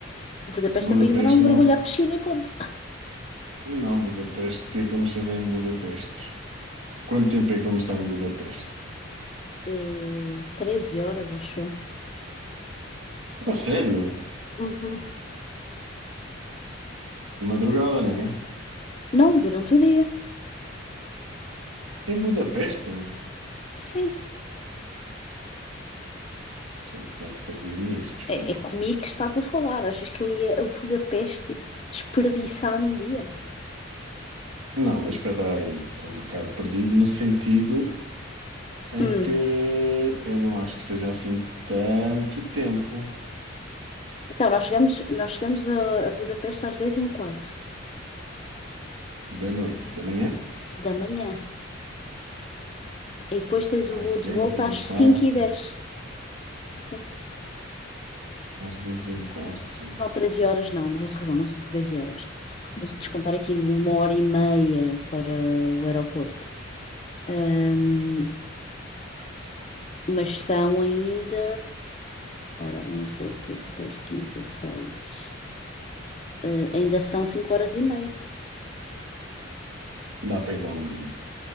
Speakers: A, on the left; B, on the right.
A: Budapeste
B: Budapeste
A: é para ir mandar um mergulho
B: não.
A: à piscina e ponto.
B: Não, Budapeste. O que é que vamos fazer em Budapeste? Quanto tempo é que vamos estar em Budapeste?
A: Eh, 13 horas, acho eu.
B: Ah, sério?
A: Uhum.
B: De madrugada, né?
A: Não, durante o dia.
B: Em Budapeste?
A: Sim.
B: Estou um bocado perdido nisso, desculpa.
A: É, é comigo que estás a falar. Achas que eu ia a Budapeste desperdiçar um dia?
B: Não, mas espera aí. Estou um bocado perdido no sentido em
A: Hum.
B: que eu não acho que seja assim tanto tempo.
A: Então, nós chegamos, nós chegamos a, a Budapeste às 10 e um quarto
B: Da noite, da manhã?
A: da manhã. E depois tens o
B: Às
A: voo
B: 10
A: de volta
B: e um
A: às
B: quarto.
A: 5 e dez sim
B: Às dez e um quarto.
A: Não, 13 horas não, não tens razão, não são 13 horas. Vamos descontar aqui uma hora e meia para o aeroporto. Ahm, mas são ainda. Ora, 11, 12, 13, 14, 15, 16. Ah, ainda são 5 horas e meia.
B: Dá para ir lá, a Mourinho.